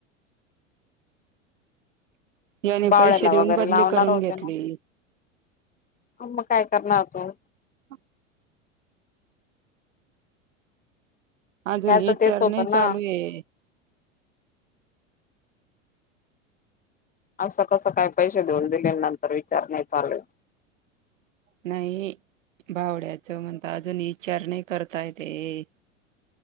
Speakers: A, on the right; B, on the left.
A: याने
B: बावड्याला
A: पैसे
B: वगैरे
A: देऊन बदली
B: लावणार
A: करून
B: होते
A: घेतली.
B: ना मग काय करणार तो
A: हम. हजून
B: त्याच
A: नचर
B: तेच होतं
A: नाही चालू
B: ना
A: आहे.
B: असं कसं काय पैसे देऊन दिले नंतर विचार नाही चालेूल.
A: नाही बावड्याच म्हणता अजून विचार नाही करता येत.